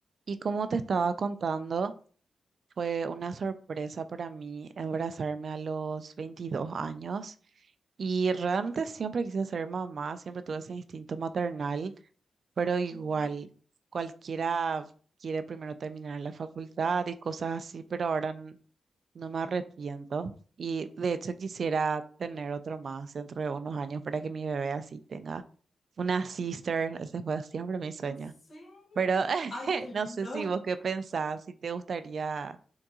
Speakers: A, on the right; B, on the left.
A: Y como te estaba contando, fue una sorpresa para mí embarazarme a los 22 años y realmente siempre quise ser mamá, siempre tuve ese instinto maternal, pero igual
B: Ujú.
A: cualquiera quiere primero terminar la facultad y cosas así, pero ahora n- no me arrepiento y de hecho quisiera tener otro más dentro de unos años para que mi bebé así tenga una sister, ese fue siempre mi sueño.
B: Sí.
A: Pero <laughs>
B: Ay, qué lindo.
A: no sé si vos qué pensás, si te gustaría